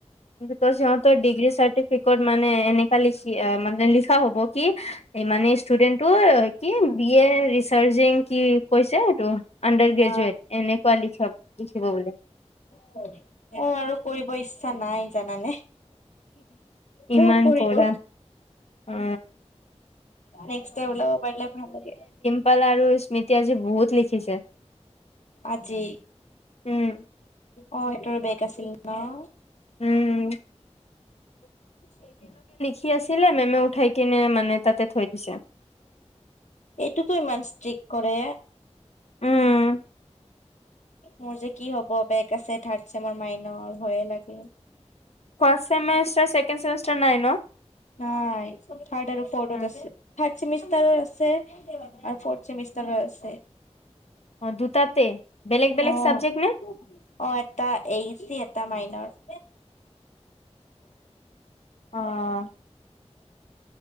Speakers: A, on the left; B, on the left.
A: ইহঁতৰ, সিহঁতৰ ডিগ্ৰী চাৰ্টিফিকেট মানে এনেকা লিখি মানে লিখা হ'ব, কি এই মানে ষ্টুডেণ্টটো কি, বি এ ৰিচাৰ্চিং কি কৈছে হেইটো। আণ্ডাৰ গ্ৰেজুৱেট,
B: অ
A: এনেকুৱা লিখ লিখিব বোলে।
B: হয়। অ', আৰু কৰিব ইচ্ছা নাই, জানানে। বহুত
A: ইমান
B: পঢ়িলোঁ।
A: পঢ়া অ
B: নেক্সট টাইম ওলাব পাৰিলে ভাল লাগে।
A: পাল আৰু স্মৃতি আজি বহুত লিখিছে।
B: আজি,
A: উম
B: অ', এটোৰ বেগ আছিল। ন'
A: উম
B: <unintelligible>
A: কি আছিলে, মেমে উঠাই কিনে মানে তাতে থৈ দিছে।
B: এইটোতো ইমান ষ্টিক কৰে।
A: উম
B: মোৰ যে কি হ'ব, বেগ আছে থাৰ্ড চেমৰ মাইনৰ, ভয়ে লাগে।
A: ফাষ্ট ছেমিষ্টাৰ, চেকেণ্ড চেমিষ্টাৰ নাই ন'?
B: নাই, থাৰ্ড আৰু ফ'ৰ্ডত
A: ন
B: আছে। থাৰ্ড ছেমিষ্টাৰৰ আছে, আৰু ফৰ্থ ছেমিষ্টাৰৰ আছে।
A: অ দুটাতে বেলেগ বেলেগ
B: অ'।
A: চাবজেক্ট
B: অ',
A: নে?
B: এটা <unintelligible> এটা মাইনৰ।
A: অ'।